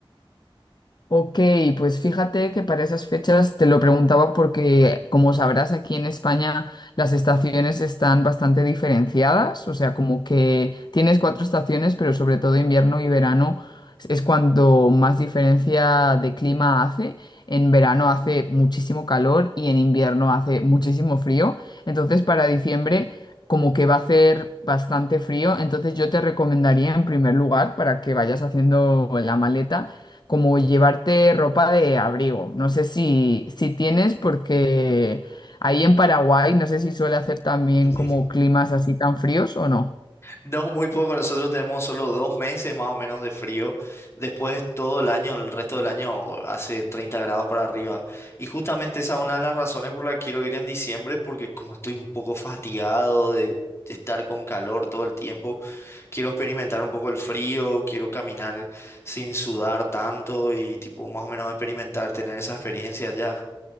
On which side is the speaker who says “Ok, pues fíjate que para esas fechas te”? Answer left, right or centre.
Left